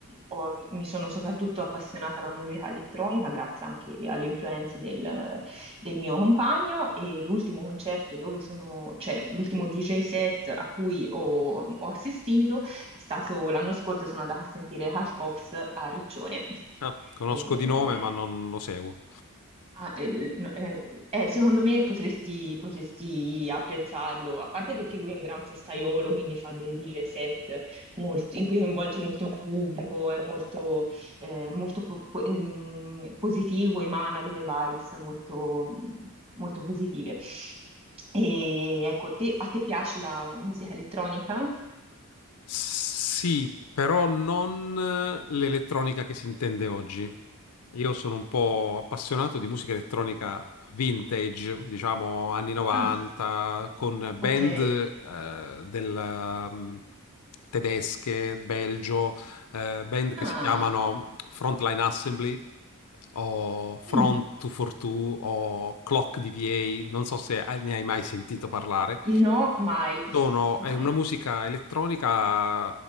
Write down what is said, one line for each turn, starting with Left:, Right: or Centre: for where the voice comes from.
Right: ho- mi mi sono soprattutto appassionata alla musica elettronica, grazie anche alle influenze del, del mio compagno. E l'ultimo concerto dove sono, cioè l'ultimo DJ set a cui ho, ho assistito è stato l'anno scorso, sono andata a sentire Hal Cox a Riccione.
Left: Ah, conosco
Right: E-
Left: di nome, ma non lo seguo.
Right: Ah, eh, beh, no, eh, eh, secondo me potresti, potresti apprezzarlo, a parte perché lui è un gran festaiolo, quindi fa dei DJ set molto- in cui coinvolge molto pubblico, è molto, eh, molto po- po- ehm, positivo, emana delle vibes molto, mh, molto positive. E ecco, te- a te piace la musica elettronica?
Left: Sì, però non eh, l'elettronica che si intende oggi. Io sono
Right: Ok.
Left: un po' appassionato di musica elettronica vintage, diciamo anni 90,
Right: Ah,
Left: con band
Right: ok.
Left: eh, del, mm, tedesche, belgio, eh, band che
Right: Ah,
Left: si chiamano Frontline Assembly o Front
Right: mm,
Left: 242 o Clock DVA, non so se ne hai mai sentito parlare.
Right: no, mai,
Left: Sono,
Right: mai.
Left: è una musica elettronica,